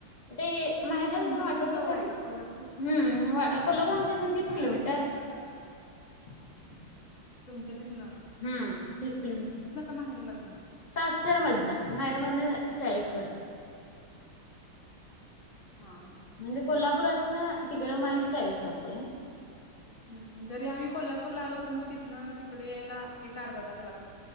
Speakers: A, on the left; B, on the left.
A: ते माहेरला
B: तुमच्या
A: जातान वाटतचं
B: तिथनं जवळ
A: हाय
B: आहे
A: ना
B: का कोल्हापूरच
A: हम्म होय कोल्हापूर आमच्या हीतन तीस
B: हा
A: किलोमीटर
B: हा
A: <unintelligible>
B: तुमच्या तीतन
A: हम्म तीस किलोमीटर
B: माहेरमधनं
A: सासरमधनं माहेरमधन चाळीस भर
B: हा हा
A: म्हणजे कोल्हापुरातन अ तिकडं माहेर चाळीस राहतया.
B: हम जरी आम्ही कोल्हापूरला आलो तर मग तिथनं तिकडे यायला एक अर्धा तास लागतो.